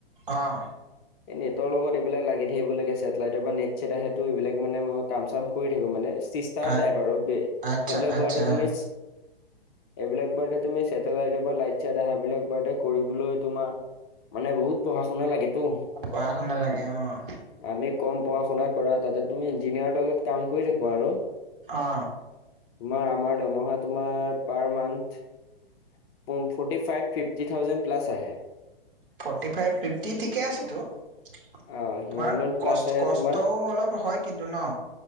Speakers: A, on the right; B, on the left.
A: অঁ।
B: এই নেটৰ লগত এইবিলাক লাগি থাকিব লাগে। ছেটেলাইটৰ পৰা নেট ছেট আহেটো এইবিলাক মানে মই কাম চাম কৰি থাকো মানে চিষ্টাৰ
A: অ'
B: টাইপ আৰু বে
A: আচ্ছা
B: এইবিলাক
A: আচ্ছা
B: বাৰটে তুমি এইবিলাক বাৰটে তুমি ছেটেলাইটৰ পৰা লাইট চাইট আহা বিলাক বাৰটে কৰিবলৈ তোমাৰ মানে বহুত পঢ়া শুনা লাগে তো।
A: পঢ়া লাগে অঁ।
B: আমি কম পঢ়া শুনা কৰা, তাতে তুমি ইঞ্জিনিয়াৰ তলত কাম কৰি থাকো আৰু।
A: অ'
B: তোমাৰ আমাৰ দৰমহা তোমাৰ পাৰ মান্থ প forty five fifty thousand plus আহে।
A: ফৰ্টি ফাইভ ফিফটি ঠিকে আছেতো। তোমাৰ
B: অ সিমান মান প্লাছ
A: কষ্ট
B: আহে
A: কষ্টও
B: তোমাৰ
A: অলপ হয় কিন্তু ন?